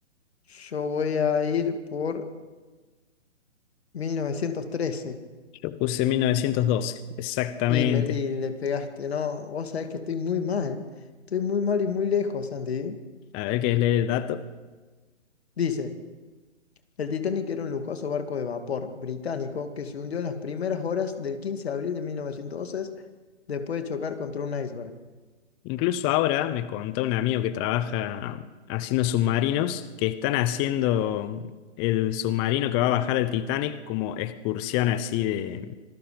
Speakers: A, on the left; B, on the left.
A: yo voy a ir por 1913.
B: Yo puse 1912, exactamente.
A: Y, me, y le pegaste, ¿no? Vos sabés que estoy muy mal. Estoy muy mal y muy lejos, Andy.
B: A ver, ¿qué es leer el dato?
A: Dice, El Titanic era un lujoso barco de vapor británico que se hundió en las primeras horas del 15 de abril de 1912 después de chocar contra un iceberg.
B: Incluso ahora me contó un amigo que trabaja haciendo submarinos que están haciendo el submarino que va a bajar el Titanic como excursión así de